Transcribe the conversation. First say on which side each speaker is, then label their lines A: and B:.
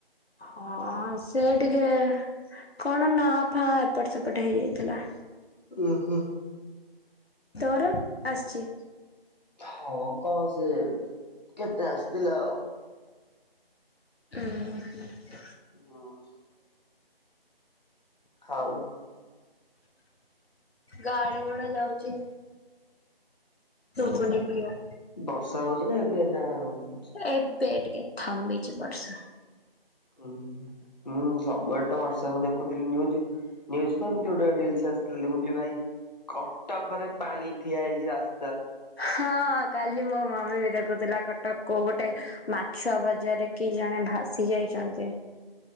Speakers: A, on the left; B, on the left.
A: ହଁ, ସେ ଟିକେ- କଣ ନା, ଫାଁ ଏପଟ, ସେପଟ ହେଇଯାଇଥିଲା।
B: ଓହୋ।
A: ତୋର ଆସଚି।
B: ହଁ, କଣ ସେ କେତେ ଆସିଥିଲା ଆଉ।
A: ଓ, ହଁ।
B: ହଁ। ହଉ।
A: ଗାଡି ଗୋଡା ଯାଉଚି। ସୁଗୁନି କ୍ଲିୟର।
B: ବର୍ଷା ହଉଛି ନା ଏବେ ନା ହଉନି।
A: ଏବେ ଟିକେ ଥାମିଛି ବର୍ଷା।
B: ହୁଁ ହୁଁ ମୁଁ ସବୁଆଡେ ତ ହ୍ୱାଟସପ ଦେଖୁଥିଲି ନ୍ୟୁଜ୍ ନ୍ୟୁଜ କଣ ଏମତି ଗୋଟେ ରିଲସ ଆସିଥିଲା ଦେଖୁଥିଲି ଭାଇ କଟକରେ ପାଣି ଠିଆ ହେଇଛି ରାସ୍
A: ହଁ କାଲି ମୋ ମମି ବି ଦେଖୁଥିଲା କଟକ କୋଉ ଗୋଟେ ମାଛୁଆ ବ ରେ କି ଜଣେ ଭାସି ଯାଇଛନ୍ତି।